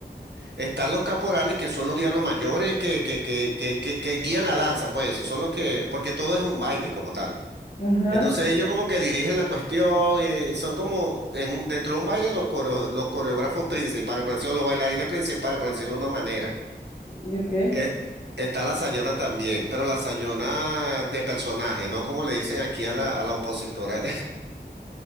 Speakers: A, on the right; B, on the left.
A: Están los caporales, que son los diablos mayores que, que, que, que, que, que guían la danza, pues, esos son los que, porque todo es un baile como tal.
B: ajá.
A: Entonces ellos como que dirigen la cuestión, eh, son como en un- dentro de un baile los, coreo- los coreógrafos principales, por decirlo, los bailarines principales, por decirlo de una manera.
B: ¿Y ok?
A: Eh, está la Sayona también, pero la Sayona de personaje, no como le dicen aquí a la, a la opositora,